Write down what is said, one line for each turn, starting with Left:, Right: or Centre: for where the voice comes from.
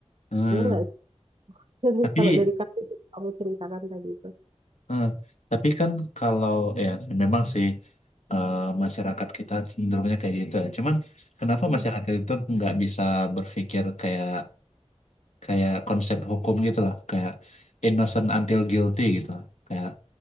Left: Eh,
Right: Ya nggak? sih?
Left: tapi
Right: <laughs> Kalau dari kasus yang kamu ceritakan tadi itu.
Left: Eh, tapi kan kalau ya memang sih eh, masyarakat kita cenderungnya kayak gitu ya. Cuman kenapa
Right: Hmm.
Left: masyarakat itu nggak bisa berpikir kayak kayak konsep hukum gitu loh, kayak innocent until guilty gitu loh. Kayak